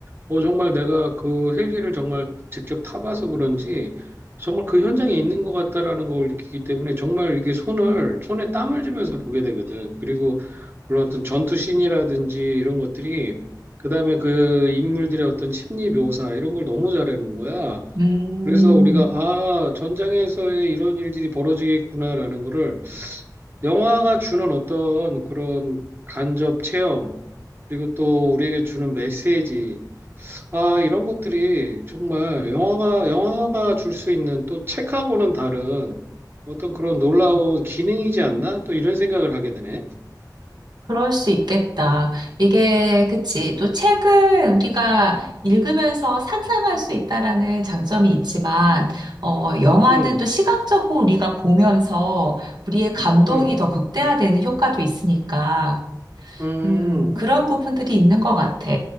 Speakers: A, on the right (about 30°); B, on the right (about 75°).
A: 어, 정말 내가 그 헬기를 정말 직접 타봐서 그런지 정말 그 현장에 있는 것 같다라는 걸 느끼기 때문에 정말 이게 손을, 손에 땀을 쥐면서 보게 되거든. 그리고 물론 어떤 전투 씬이라든지 이런 것들이 그다음에 그 인물들의 어떤 심리 묘사 이런 걸 너무 잘해놓은 거야.
B: 음,
A: 그래서 우리가 아, 전장에서의 이런 일들이 벌어지겠구나라는 거를 영화가 주는 어떤 그런 간접 체험 그리고 또 우리에게 주는 메시지 아, 이런 것들이 정말 영화가, 영화가 줄 수 있는 또 책하고는 다른 어떤 그런 놀라운 기능이지 않나? 또 이런 생각을 하게 되네.
B: 그럴 수 있겠다. 이게, 그치. 또 책을 우리가 읽으면서 상상할 수 있다라는 장점이 있지만, 어, 영화는
A: 음,
B: 또 시각적으로 우리가 보면서 우리의 감동이
A: 음,
B: 더 극대화되는 효과도 있으니까,
A: 음,
B: 음, 그런 부분들이 있는 것 같아.